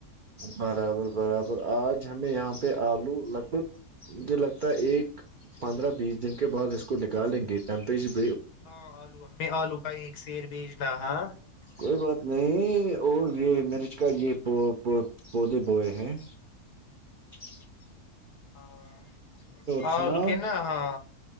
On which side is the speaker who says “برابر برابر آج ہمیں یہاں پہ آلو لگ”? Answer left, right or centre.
Right